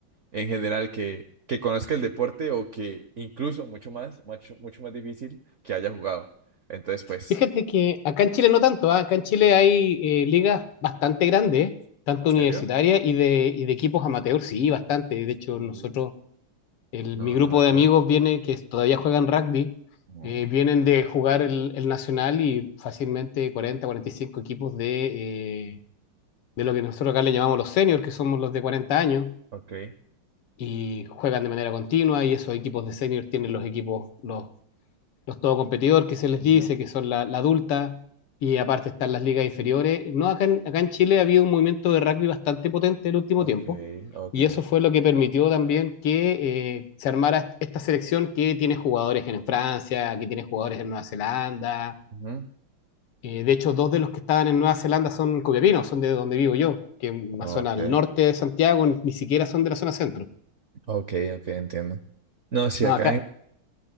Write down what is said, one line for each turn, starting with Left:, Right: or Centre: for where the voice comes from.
Right: en general que, que conozca el deporte o que incluso mucho más, mucho, mucho más difícil que haya jugado. Entonces, pues,
Left: Fíjate que acá en Chile no tanto, ¿ah? Acá en Chile hay eh, ligas bastante grandes, tanto
Right: ¿en serio?
Left: universitarias y de, y de equipos amateur sí, bastante. De hecho,
Right: Uh,
Left: nosotros, el-
Right: No,
Left: mi grupo
Right: no, otra.
Left: de amigos viene, que todavía juegan rugby,
Right: Ujú,
Left: eh, vienen de jugar el, el Nacional y fácilmente 40, 45 equipos de, eh, de lo que nosotros acá le llamamos los seniors, que somos los de 40 años,
Right: Ok.
Left: y juegan de manera continua y esos equipos de seniors tienen los equipos, los los todo competidor que se les
Right: ujú,
Left: dice, que son la, la adulta, y aparte están las ligas inferiores. No, acá en, acá en Chile ha habido un movimiento de rugby bastante potente en el último tiempo,
Right: Ok, ok.
Left: y eso fue lo que permitió también que eh, se armara esta selección que tiene jugadores en Francia, que tiene jugadores en Nueva Zelanda.
Right: ujú,
Left: Eh, de hecho, dos de los que estaban en Nueva Zelanda son copiapinos, son de donde vivo yo, que es una
Right: Ok,
Left: zona al norte de Santiago, ni siquiera son de la zona centro.
Right: ok, ok, entiendo. No, sí,
Left: No,
Right: acá
Left: acá,
Right: en